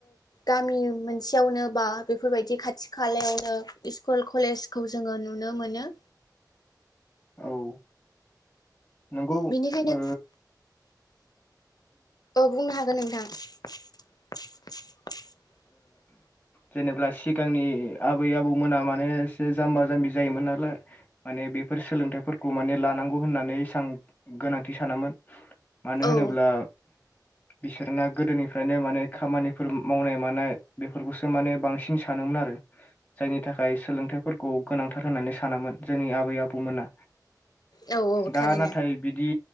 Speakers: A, on the left; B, on the left.
A: गामि मोनसेयावनो बा बेफोरबायदि खाथि खालायाव स्कुल, कलेजखौ जोङो नुनो मोनो।
B: औ नंगौ
A: बेनिखायनो
B: ओ
A: औ बुंनो हागोन हागोन नोंथां <unintelligible>
B: जेनेबा सिगांनि आबै-आबौमोना माने एसे जाम्बा - जाम्बि जायोमोन नालाय माने बेफोर सोलोंथाइफोरखौ माने लानांगौ होननानै एसेबां गोनांथि सानामोमोन। मानो होनोब्ला
A: औ
B: बिसोरना गोदोनिफ्रायनो माने खामानिफोर मावनाय -मानाय बेफोरखौसो माने बांसिन सानोमोन आरो। जायनि थाखाय सोलोंथाइफोरखौ गोनांथार होननानै सानामोन जोंनि आबै-आबौमोना।
A: औ
B: दा
A: थारैनो
B: नाथाय बिदि